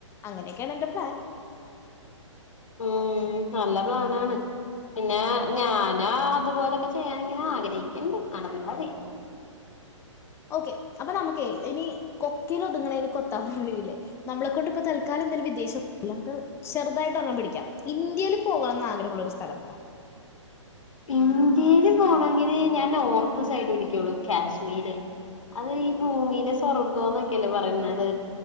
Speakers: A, on the left; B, on the left.
A: അങ്ങനൊക്കെയാണ് എന്റെ പ്ലാൻ.
B: ഉം നല്ല പ്ലാനാണ്. പിന്നെ ഞാനാ അതുപോലെയൊക്കെ ചെയ്യാന് ഇങ്ങനെ ആഗ്രഹിക്ക്ണ്ട് നടന്നാതി.
A: ഓക്കെ അപ്പൊ നമുക്കെയ് ഇനി കൊക്കില് ഒതുങ്ണെല് കൊ പറില്ലേ നമ്മളെക്കൊണ്ട് ഇപ്പ തൽക്കാലം എന്തും വിദേശ നമുക്ക് ചെറുതായിട്ട് ഒരെണം പിടിക്കാം ഇന്ത്യയില് പോവാന്ന് ആഗ്രഹള്ള ഒരു സ്ഥലം പറ
B: ഇന്ത്യൽ പോണങ്കില് ഞാൻ നോർത്ത് സൈഡ് പിടിക്കുള്ളു കാശ്മീര് അത് ഈ ഭൂമിലെ സ്വർഗ്ഗംന്നൊക്കെല്ലേ പറയ്ന്നത്